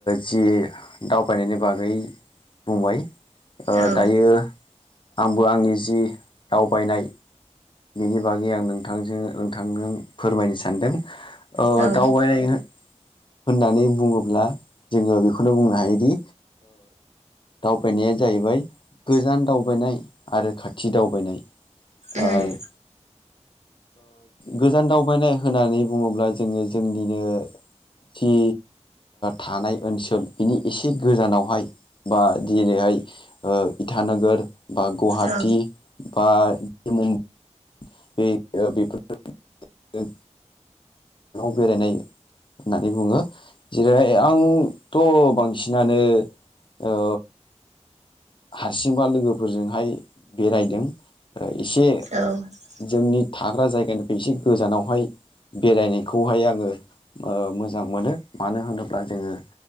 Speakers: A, on the left; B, on the right.
A: जि दाव बायनायनि बागै बुंबाय
B: औ
A: दायो आं बो आंनि जि दावबायनाय बिनि बागै आं नोंथांजों नोंथांनो फोरमायनो सानदों
B: औ
A: दावबायनाय होननानै बुङोब्ला जोङो बेखौनो बुंनो हायोदि दावबायनाया जाहैबाय गोजान दावबायनाय आरो खाथि दावबायनाय
B: उम
A: आरो गोजान दावबायनाय होननानै बुङोब्ला जोङो जोंनिनो जि थानाय ओनसोल बिनि एसे गोजानावहाय बा जेरैहाय इटानगोर बा गुवाहाटि
B: औ
A: बा मुम्बाइ <unintelligible> बेफोर <unintelligible> बेरायनाय होननानै बुङो जेरैहाय आंथ' बांसिनानो ओ हारसिंबा लोगोफोरजोंहाय बेरायदों। एसे
B: ओं औ
A: जोंनि थाग्रा जायगानिफ्राय एसे गोजानावहाय बेरायनायखौहाय आङो मोजां मोनो मानो होनोब्ला जोङो